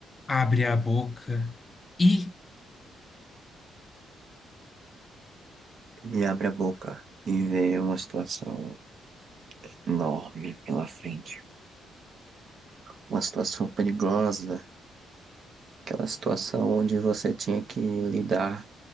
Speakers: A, on the left; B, on the right.
A: abre a boca e
B: Ele abre a boca e vê uma situação enorme pela frente. Uma situação perigosa, aquela situação onde você tinha que lidar